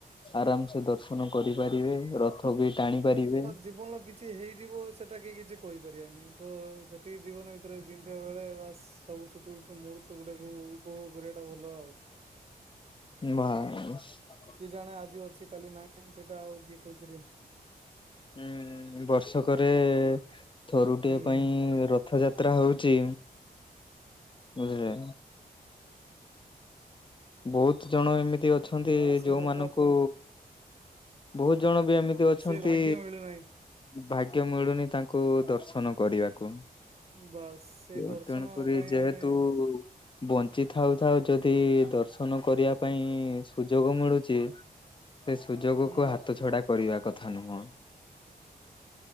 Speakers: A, on the left; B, on the right.
A: ଆରାମ ସେ ଦର୍ଶନ କରିପାରିବେ ରଥ ଅଗି ଟାଣି ପାରିବେ
B: ଜୀବନର କିଛି ହେଇଯିବ ସେଟା କେହି କିଛି କହିପାରିବାନି ତ ଜେତିକି ଜୀବନ ଭିତରେ ଜିଁଥିବ ବେଳେ ବାସ୍ ସବୁ ଛୋଟ ଛୋଟ ମୁହୂର୍ତ୍ତ ଗୁଡାକୁ ଉପଭୋଗ କରିବାଟା ଭଲ ଆଉ।
A: ବାସ
B: କିଏ ଜାଣେ ଆଜି ଅଛି କାଲି ନାହିଁ, ସେଇଟା ଆଉ କିଏ କହିପାରିବେ?
A: ଉଁ ବର୍ଷକରେ ଥରୁଟିଏ
B: ହୁଁ
A: ପାଇଁ ର ରଥଯାତ୍ରା ହଉଛି, ବୁଝିଲେ ବହୁତ ଜଣ ଏମିତି ଅଛନ୍ତି,
B: ବା ସେ
A: ଯୋଉମାନଙ୍କୁ
B: ରଥଯାତ୍ରା
A: ବହୁତ ଜଣ ବି ଏମି ତି ଅଛନ୍ତି
B: ସେ ଭାଗ୍ୟ ମିଳୁନାହିଁ।
A: ଭାଗ୍ୟ ମିଳୁନି ତାଙ୍କୁ ଦର୍ଶନ କରିଆକୁ।
B: ବାସ୍ ସେଇ
A: ଯୋଉ
B: ଦର୍ଶନ
A: ତେଣୁକରି
B: ପାଇଁ
A: ଯେହେତୁ
B: ଆମେ
A: ବଞ୍ଚି ଥାଉ ଥାଉ ଯଦି ଦର୍ଶନ କରିବା ପାଇଁ, ସୁଯୋଗ ମିଳୁଛି। ସେ ସୁଯୋଗକୁ
B: ହୁଁ
A: ହାତ ଛଡା କରିବା କଥା ନୁହଁ।